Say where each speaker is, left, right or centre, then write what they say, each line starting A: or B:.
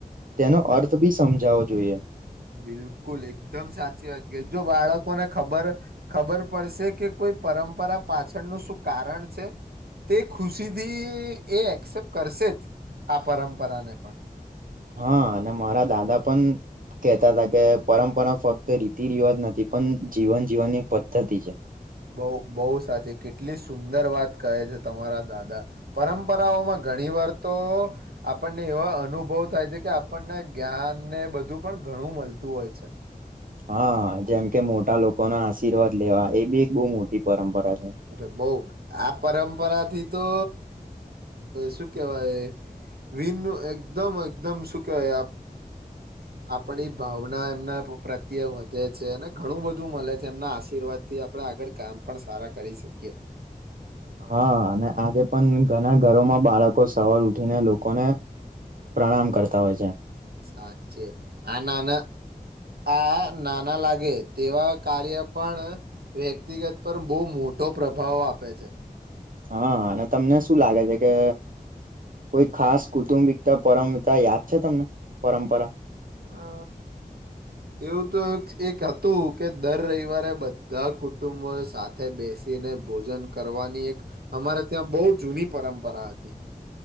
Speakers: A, on the right; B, on the right.
A: તેનો અર્થ બી સમજાવો જોઈએ
B: બિલકુલ એકદમ સાચી વાત કે જો બાળકોને ખબર ખબર પડશે કે કોઈ પરંપરા પાછળનું શું કારણ છે તે ખુશીથી એ એક્સેપ્ટ કરશે જ આ પરંપરાને પણ.
A: હા અને મારા દાદા પણ કેહેતા હતા કે પરંપરા ફક્ત રીતિ રિવાજ નથી પણ જીવન જીવનની પદ્ધતિ છે.
B: બોવ બોવ સાચી કેટલી સુંદર વાત કહે છે તમારા દાદા પરંપરાઓમાં ઘણી વાર તો આપણને એવા અનુભવ થાય છે કે આપણને જ્ઞાનને બધું પણ ઘણું મળતું હોય છે.
A: હા જેમ કે મોટા લોકો ના આશીર્વાદ લેવા એ બી એક બો મોટી પરંપરા. છે
B: એટલે બઉ આ પરંપરા થી તો શું કેવાય વિન એકદમ એકદમ શું કેવાય આપડી ભાવના એમના પ્રત્યે વધે છે અને ઘણું બધું મળે છે એમના આશીર્વાદ થી આપડે આગળ કામ પણ સારા કરી શકીએ.
A: હા અને આજે પણ ઘણા ઘરોમાં બાળકો સવાર ઉઠીને લોકોને પ્રણામ કરતા હોય છે.
B: સાચે આ નાના આ નાના લાગે તેવા કાર્ય પણ વ્યક્તિગત પર બઉ મોટો પ્રભાવ આપે છે.
A: હા અને તમને શું લાગે છે કે કોઈ ખાસ કુટુંબિકતા પરમપતા યાદ છે તમને પરંપરા
B: અ એવું તો એક હતું કે દર રવિવારે બધા કુટુંબો સાથે બેસીને ભોજન કરવાની એક અમારે ત્યાં બઉ જૂની પરંપરા હતી.